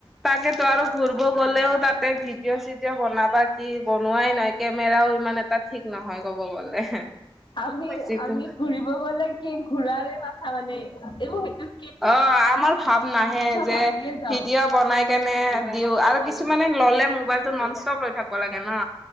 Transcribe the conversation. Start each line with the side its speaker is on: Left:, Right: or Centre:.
Centre: তাকেতো আৰু ঘুৰ্ব গ'লেও তাতে ভিডিঅ -চিডিঅ বনাবা কি, বনোৱাই নাই। কেমেৰাও ইমান এটা ঠিক নহয় ক'ব গ'লে।
Left: আমি,
Centre: যিটো
Left: আমি ঘুৰিব গলে কি ঘূৰাৰে মাথা মানে এইবোৰ সেইটো
Centre: অ, আমাৰ ভাৱ নাহে যে
Left: পাহৰিয়ে যাওঁ
Centre: ভিডিঅ বনাই কেনে দিও আৰু কিছুমানে ল'লে মোবাইলটো নন ষ্টপ লৈ থাক্ব লাগে ন।